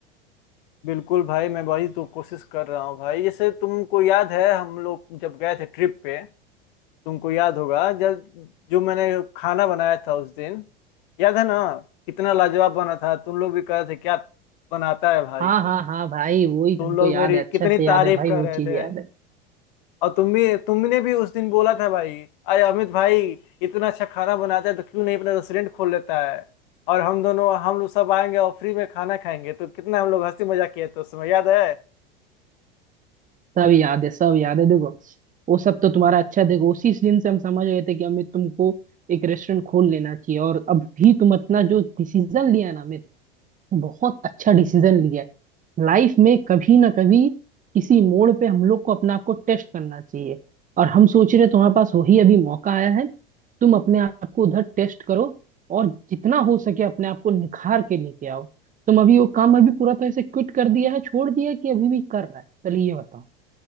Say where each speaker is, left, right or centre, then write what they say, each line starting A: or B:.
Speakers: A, on the left (about 60°); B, on the right (about 25°).
A: बिल्कुल भाई मैं भाई तो कोशिश कर रहा हूँ भाई जैसे तुमको याद है हम लोग जब गए थे ट्रिप पे तुमको याद होगा जब जो मैंने खाना बनाया था उस दिन याद है ना कितना लाजवाब बना था तुम लोग भी कह रहे थे क्या बनाता है भाई
B: हाँ हाँ हाँ भाई वो ही
A: तुम
B: हमको
A: लोग
B: याद
A: मेरी
B: है अच्छा
A: कितनी
B: से याद
A: तारीफ
B: है भाई
A: कर
B: वो
A: रहे
B: चीज
A: थे
B: याद है
A: और तुम भी तुमने भी उस दिन बोला था भाई अरे अमित भाई इतना अच्छा खाना बनाता है तो क्यों नहीं अपना रेस्टोरेंट खोल लेता है और हम दोनों हम लोग सब आएंगे और फ्री में खाना खाएंगे तो कितना हम लोग हंसी मजाक किए थे उस समय याद है
B: सब याद है सब याद है देखो वो सब तो तुम्हारा अच्छा देखो उसी दिन से हम समझ गए थे कि अमित तुमको एक रेस्टोरेंट खोल लेना चाहिए और अभी तुम अपना जो डिसीजन लिया ना अमित बहुत अच्छा डिसीजन लिया है लाइफ में कभी ना कभी किसी मोड़ पे हम लोग को अपने आप को टेस्ट करना चाहिए और हम सोच रहे हैं तुम्हारे पास वही अभी मौका आया है तुम अपने आप को उधर टेस्ट करो और जितना हो सके अपने आप को निखार के लेके आओ तुम अभी वो काम अभी पूरा तरह से क्विट कर दिया है छोड़ दिया है कि अभी भी कर रहा है चलिए ये बताओ